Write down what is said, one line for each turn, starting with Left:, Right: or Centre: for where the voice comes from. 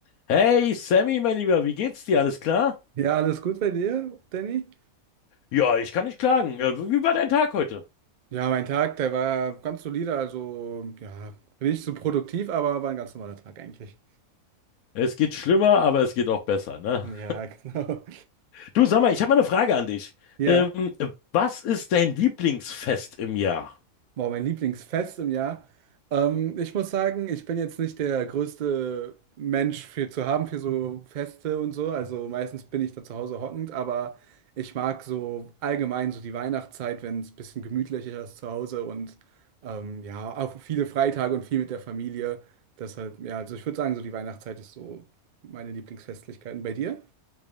Left: Hey Sammy, mein Lieber, wie geht's dir? Alles klar?
Right: Ja, alles gut bei dir, Danny?
Left: Ja, ich kann nicht klagen. Äh, Wie war dein Tag heute?
Right: Ja, mein Tag, der war ganz solide, also ja, nicht so produktiv, aber war ein ganz normaler Tag eigentlich.
Left: Es geht schlimmer, aber es geht auch besser, ne?
Right: Ja, <laughs> genau.
Left: Du, sag mal, ich habe mal eine Frage an dich.
Right: Ja.
Left: Ähm, was ist dein Lieblingsfest im Jahr?
Right: Boah, mein Lieblingsfest im Jahr. Ähm, ich muss sagen, ich bin jetzt nicht der größte Mensch für zu haben für so Feste und so. Also meistens bin ich da zu Hause hockend, aber ich mag so allgemein so die Weihnachtszeit, wenn es ein bisschen gemütlicher ist zu Hause und ähm, ja, auch viele Freitage und viel mit der Familie. Deshalb, ja, also ich würde sagen, so die Weihnachtszeit ist so meine Lieblingsfestlichkeiten. Bei dir?